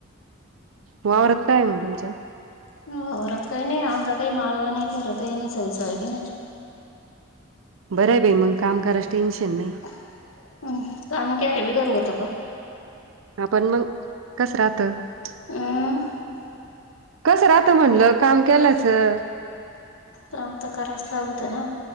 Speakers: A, on the right; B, on the left.
A: वावरात काय ये मंग तुमच्या
B: ह रतकाळी नाय आम काही माळवानी क रतय नाय सगळा सोयाबीनचं ये
A: बरं आहे बाय मंग काम करायचं टेन्शन नाही.
B: हम्म काम केल्या बिगर होत का.
A: आपण मंग कस राहत.
B: हम्म
A: <unintelligible> कसं राहत म्हणलं काम केल्याचं
B: काम त करावंच लागतं ना